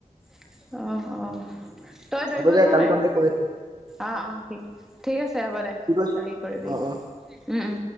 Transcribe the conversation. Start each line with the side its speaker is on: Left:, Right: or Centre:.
Centre: অ, অ'। তই দৌৰিব
Right: হবদে
Centre: যোৱা
Right: কালি
Centre: নাই
Right: কনটেক্ট কৰি আছো।
Centre: অ' অ' ঠিক আছে হ'ব দে
Right: কি কৈছ?
Centre: কালি কৰিবি।
Right: অ', অ'।
Centre: উম, উম।